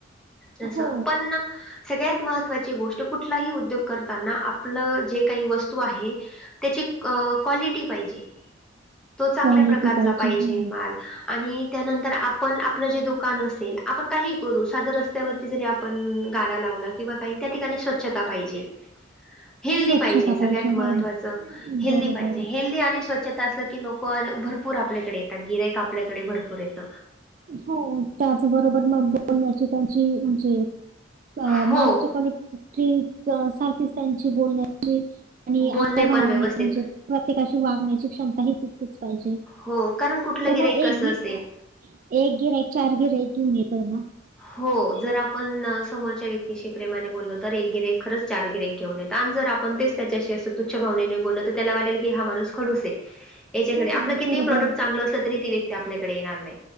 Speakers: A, in the centre; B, on the right (about 45°).
A: तसं
B: हो
A: पण ना सगळ्यात महत्त्वाची गोष्ट कुठलाही उद्योग करताना आपलं जे काही वस्तू आहे त्याची क्वालिटी पाहिजे तो चांगल्या
B: क्वालिटी
A: प्रकारचा पाहिजे
B: हो
A: माल आणि त्यानंतर आपण आपलं जे दुकान असेल आपण काही करू सादरन त्या वरती जरी आपण गाडा लावला किंवा काही त्या ठिकाणी स्वच्छता पाहिजे हेल्दी
B: स्वच्छता
A: पाहिजे सगळ्यात महत्त्वाचं
B: हो
A: हेल्दी
B: बरोबर
A: पाहिजे हेल्दी आणि स्वच्छता असलं की लोक पण भरपूर आपल्याकडे येतात गिरायक आपल्याकडे भरपूर येत
B: हो त्याचबरोबर मग बोलण्याची त्यांची म्हणजे अ
A: हो
B: मालाच्या कॉलेटीत की सारखीच त्यांची बोलण्याची आणि
A: बोलणे
B: आता
A: पण
B: भावाने
A: व्यवस्थित
B: म्हणजे प्रत्येकाची वागण्याची क्षमता ही कच पाहिजे
A: हो कारण कुठलं
B: तर मग
A: गिरायक
B: एक
A: कसं
B: गी
A: असेल
B: एक गिराइक चार गिराइक घेऊन येतो ना
A: हो जर आपण समोरच्या व्यक्तीशी प्रेमाने बोललो तर एक गिरेक खरंच चार गिरेक घेऊन येत आणि जर आपण ते त्याच्याशी असं तुच्छ भावने बोलत तर त्याला वाटल की हा माणूस खडूस आहे. याच्याकडे
B: हो
A: आपलं कितीही
B: बरोबर
A: प्रॉडक्ट चांगलं असलं तरी ती व्यक्ती आपल्याकडे येणार नाही.